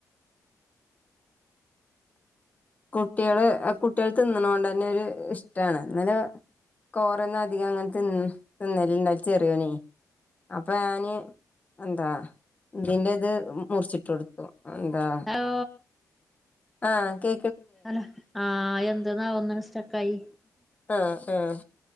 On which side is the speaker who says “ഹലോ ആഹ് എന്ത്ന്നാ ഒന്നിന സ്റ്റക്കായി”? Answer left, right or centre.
Centre